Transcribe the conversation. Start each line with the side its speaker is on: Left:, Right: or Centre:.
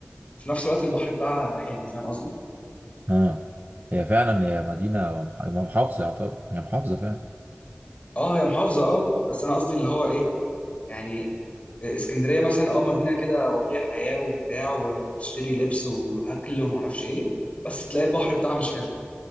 Left: في نفس الوقت البحر بتاعها حلو فاهم قصدي
Right: اه هي فعلا هي مدينه محافظه يعتبر هي محافظه فعلا
Left: اه هي محافظه اه بس انا قصدي اللي هو ايه يعني اسكندريه مثلا اه مدينه كده وفيها حياه وبتاع وتشتري لبس واكل ومعرفش ايه بس تلاقي البحر بتاعها مش حلو